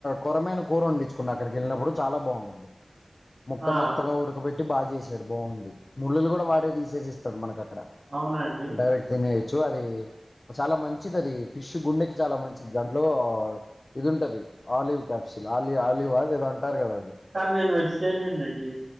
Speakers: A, on the left; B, on the right.
A: కొరమైన కూర వండించుకుంన అక్కడికి వెళ్ళినప్పుడు చాలా బాగుందండి ముక్క
B: ఆ
A: మెత్తగా ఉడకబెట్టి బాగా చేసాడు బాగుంది ముళ్ళలు కూడా వాడే తీసేసి ఇస్తాడు మనకు అక్కడ
B: అవునా అండి
A: డైరెక్ట్ తినేయచ్చు అది చాలా మంచిది అది ఫిష్ గుండెకి చాలా మంచిది దాంట్లో ఇది ఉంటది ఆలివ్ క్యాప్సిల్ ఆలి ఆలివ్ అది ఏదో అంటారు కదా అది
B: కానీ నేను వెజిటేరియన్ అండి